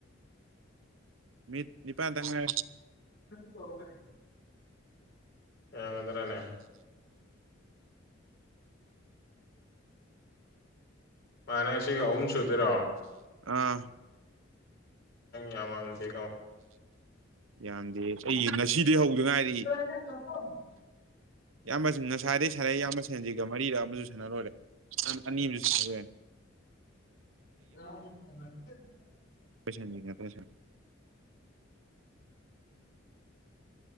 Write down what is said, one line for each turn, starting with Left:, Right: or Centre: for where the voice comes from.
Right: ꯃꯤ ꯅꯤꯄꯥꯥꯟ ꯇꯉꯦ
Left: ꯃꯔꯦ ꯌꯥ ꯉ ꯑꯗꯨ꯭ꯔꯅꯦ ꯃꯅꯥꯁꯤ ꯑꯍꯨꯝ ꯁꯨꯗꯔꯣ
Right: ꯑꯥ
Left: ꯑ ꯃꯗꯤ
Right: ꯌꯥꯝꯗꯦ ꯑꯩ ꯉꯁꯤꯗꯤ ꯍꯧꯗ ꯉꯥꯏꯔꯛꯏ
Left: <inaudible>
Right: ꯌꯥꯝꯌꯥꯝꯕ ꯉꯁꯥꯏꯗꯒꯤꯩ ꯁꯥꯟꯅꯩ ꯏꯌꯥꯝꯕ ꯁꯦꯟꯁꯤꯒ ꯃꯔꯤꯔ ꯑꯃꯁꯨ ꯁꯥꯟꯅꯔꯣꯏꯔꯦ ꯑꯅꯤ ꯑꯃꯁꯨ ꯁꯥꯟꯔꯦ
Left: <inaudible>
Right: ꯄꯩꯁꯥꯅꯤꯉꯁ